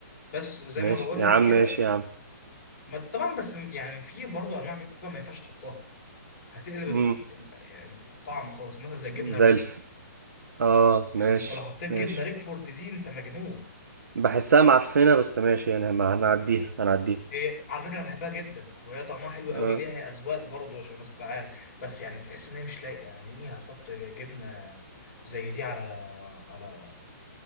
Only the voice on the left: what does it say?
بس زي
ما بقول
لك
كده
ما طبعا بس يعني في برضه انواع جبن ما ينفعش تحطها هتقلب
ال- ال- يعني الطعم خالص مثلا زي الجبنه
الريكفورد
يعني
انت لو حطيت
جبنه ريكفورد دي انت مجنون
هي على فكره انا بحبها جدا وهي طعمها حلو
قوي ليها اذواق برضه عشان بس تبقى عارف بس يعني تحس ان هي مش لايقه يعني ايه هتحط جبنه زي دي على على